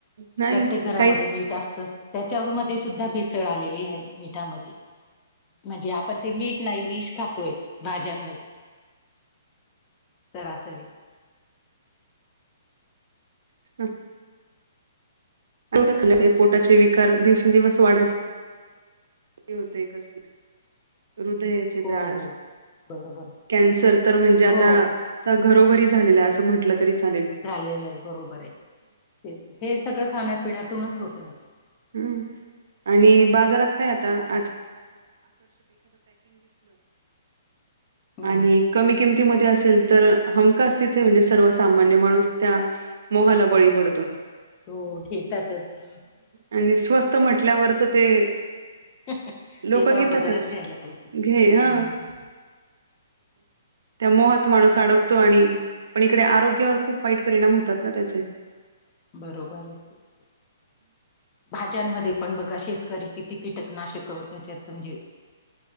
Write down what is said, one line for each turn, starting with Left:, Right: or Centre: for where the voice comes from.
Right: नाही
Left: प्रत्येक घरामध्ये
Right: काहीच
Left: मीठ असत त्याच्या मध्ये सुद्धा भेसळ आलेली आहे मिठामध्ये म्हणजे आपण ते मीठ नाही विष खातोय भाज्यांमध्ये सरासरी
Right: <unintelligible> दखचे पोटाचे विकार दिवसेंदिवस वाढत होते कसली हृदयाचे
Left: हो
Right: त्रास
Left: हो बरोबर
Right: कॅन्सर तर म्हणजे आता
Left: हो
Right: घरोघरी झालेला असं म्हंटलं तरी चालेल
Left: झालेलं आहे बरोबर आहे तेच हे सगळं खाण्यापिण्यातूनच होतंय
Right: हम्म आणि बाजारात काय आता <inaudible>
Left: हम्म
Right: आणि कमी किमतीमध्ये असेल तर हमखास तिथे म्हणजे सर्वसामान्य माणूस त्या मोहाला बळी पडतो.
Left: हो घेतातच.
Right: आणि स्वस्त म्हटल्यावर तर ते,
Left: ते
Right: लोक घेतातच.
Left: तर अगोदरच घ्यायला पाहिजे.
Right: घे
Left: हम्म
Right: हा त्या मोहात माणूस अड- तो आणि पण इकडे आरोग्यावर खूप वाईट परिणाम होतात ना त्याचे.
Left: बरोबर आहे. ते ते भाज्यांमध्ये पण बघा शेतकरी किती? त कीटकनाशक हो त्याच्यात म्हणजे,